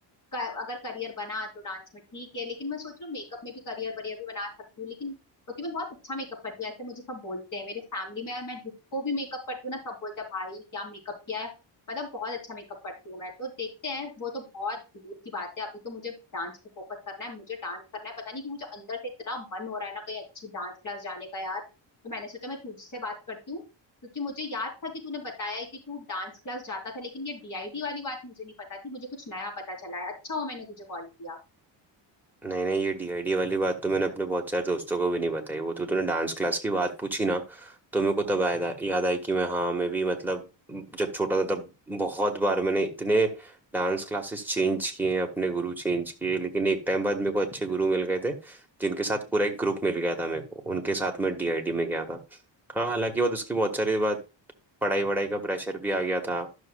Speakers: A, on the left; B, in the centre.
A: क- अगर करियर बना तो डांस में ठीक है लेकिन मैं सोच रही हूँ मेकअप में भी करियर वरियर भी बना सकती हूँ लेकिन क्योंकि मैं बहुत अच्छा मेकअप करती हूँ ऐसे मुझे सब बोलते हैं मेरे फैमिली में मैं जिसको भी मेकअप करती हूँ ना सब बोलते हैं भाई क्या मेकअप किया है मतलब बहुत अच्छा मेकअप करती हूँ मैं तो देखते हैं वो तो बहुत दूर की बात है अभी तो मुझे डांस पे फोकस करना है मुझे डांस करना है पता नहीं कि मुझे अंदर से इतना मन हो रहा है ना कहीं अच्छी डांस क्लास जाने का यार तो मैंने सोचा मैं तुझसे बात करती हूँ क्योंकि मुझे याद था कि तूने बताया है कि तू डांस क्लास जाता था लेकिन ये डीआईडी वाली बात मुझे नहीं पता थी मुझे कुछ नया पता चला है अच्छा हो मैंने तुझे कॉल किया
B: नहीं नहीं ये डीआईडी वाली बात तो मैंने अपने बहुत सारे दोस्तों को भी नहीं बताई वो तो तूने डांस क्लास की बात पूछी ना तो मेरे को तब आया याद आई कि मैं हाँ मैं भी मतलब जब छोटा था तब बहुत बार मैंने इतने डांस क्लासेस चेंज किए हैं अपने गुरु चेंज किए लेकिन एक टाइम बाद मेरे को अच्छे गुरु मिल गए थे जिनके साथ पूरा एक ग्रुप मिल गया था मेरे को उनके साथ मैं डीआईडी में गया था हाँ हालांकि बाद उसकी बहुत सारी बात पढ़ाई वढ़ाई का प्रेशर भी आ गया था